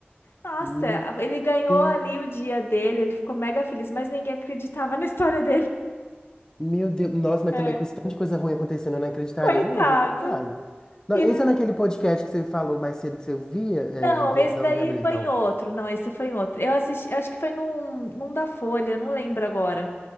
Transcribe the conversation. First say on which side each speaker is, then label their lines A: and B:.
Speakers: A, on the left; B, on the left.
A: Nossa,
B: Meu
A: ele ganhou
B: Deus.
A: ali o dia dele, ele ficou mega feliz, mas ninguém acreditava <laughs> na história dele.
B: Meu Deus. Nossa, mas
A: É.
B: também com esse tanto de coisa ruim acontecendo, eu não acreditaria,
A: Coitado.
B: não, viu? Coitado. Não,
A: E é-
B: esse é naquele podcast que você falou mais cedo que você via. É,
A: Não,
B: invia...
A: esse
B: Não,
A: daí
B: inviabilidade,
A: foi
B: não.
A: em outro. Não, esse foi em outro. Eu assisti, acho que foi num, num da Folha, não lembro agora.